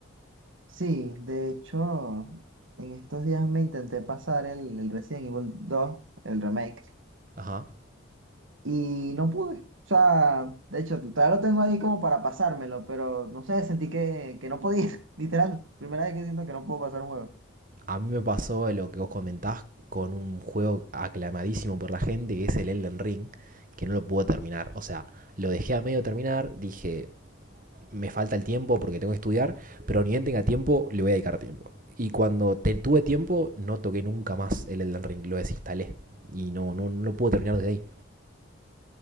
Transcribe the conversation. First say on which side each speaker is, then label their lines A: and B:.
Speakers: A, on the right; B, on the right.
A: Sí, de hecho, en estos días me intenté pasar el, el Resident Evil dos el remake.
B: Ajá.
A: y no pude. O sea, de hecho, todavía lo tengo ahí como para pasármelo, pero no sé, sentí que, que no podía, <laughs> literal. Primera vez que siento que no puedo pasar un juego.
B: A mí me pasó lo que vos comentás con un juego aclamadísimo por la gente, que es el Elden Ring, que no lo pude terminar. O sea, lo dejé a medio terminar, dije, me falta el tiempo porque tengo que estudiar, pero ni bien tenga tiempo, le voy a dedicar tiempo. Y cuando te, tuve tiempo, no toqué nunca más el Elden Ring, lo desinstalé. Y no, no, no lo pude terminar desde ahí.